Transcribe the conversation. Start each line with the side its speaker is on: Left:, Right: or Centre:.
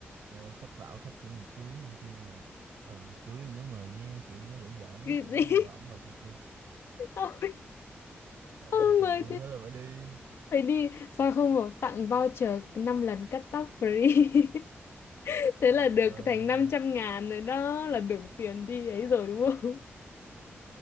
Right: ờ, khách bảo khách chuẩn bị cưới em kêu là ừ cưới nhớ mời nha kiểu nói giỡn giỡn
Left: Cái
Right: á chị
Left: gì?
Right: biết không mà ổng mời thiệt luôn
Left: <laughs> Ôi,
Right: ổng
Left: Ôi,
Right: mời thiệt
Left: mười
Right: luôn thế là phải đi
Left: phải đi sao không bảo tặng voucher 5 lần cắt tóc free <laughs> thế
Right: trời
Left: là được
Right: ơi
Left: thành năm trăm ngàn rồi đó là đủ tiền đi ấy rồi đúng không